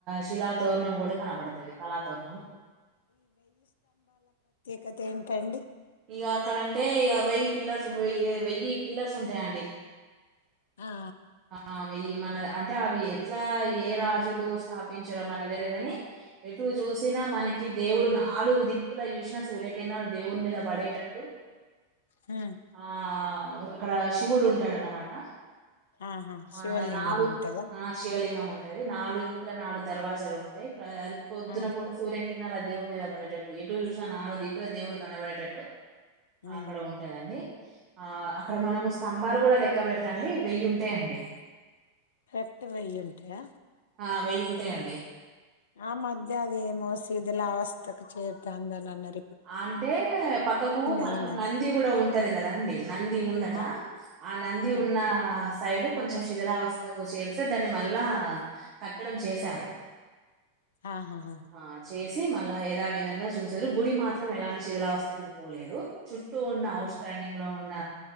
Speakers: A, on the right (about 40°); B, on the left (about 60°).
A: శిలాతోరణం కూడా కనపడతాది కళాతోరణం
B: కథెంటండి?
A: ఇగ అక్కడంటే ఇగ వెయ్యి పిల్లర్ వె వెయ్యి పిల్లర్స్ ఉంటాయండి
B: ఆ
A: ఆ వెయ్యి మన అంటె అవి ఎట్లా ఏ రాజులు స్థాపించడం మనక్ తెలద్గని ఎటు చూసినా మనకి దేవుడు నాలుగు దిక్కులా చూసినా సూర్యకిరణాలు దేవుని మీద పడేటట్టు
B: మ్మ్
A: ఆ అక్కడ శివుడు ఉంటాడన్నమాట
B: ఆహా శివలింగం
A: ఆ నాలుగు
B: ఉంటదా
A: ఆ శివలింగం ఉంటది నాలుగు దిక్కుల నాలుగు దర్వాజలు అది పొద్దున
B: ఆ
A: పూట సూర్య కిరణలా దేవుని మీద పడేటట్టు ఎటు చూసిన నాలుగు దిక్కుల దేవుడు కనబడి డు
B: మ్మ్
A: అక్కడ ఉంటదండి ఆ అక్కడ మనం స్తంభాలు కూడా లెక్క పెడతండి వెయ్యి ఉంటాయండి.
B: కరెక్ట్ వెయ్యి ఉంటయా
A: ఆ వెయ్యి ఉంటయండి
B: ఆ మధ్య అదే మోసీదుల అవస్కి చేరతాందాన్నరు
A: అంటే పక్కకు మనకు
B: అయిందండి
A: నంది కూడా ఉంటది కదా. అండి నంది ముందట
B: ఆ
A: ఆ నంది
B: ఉమ్
A: ఉన్న సైడు కొంచెం శిథిలావస్థకు చేరిస్తే దాన్ని మళ్ళా కట్టడం చేశారు.
B: ఆహాహా
A: ఆ చేసి మళ్ళా ఏదా విధంగా చూసరు గుడి మాత్ ఎలాంటి శిథలావస్థకి పోలేదు. చుట్టూ ఉన్న ఔట్
B: ఆ
A: స్టాండింగ్ లో ఉన్న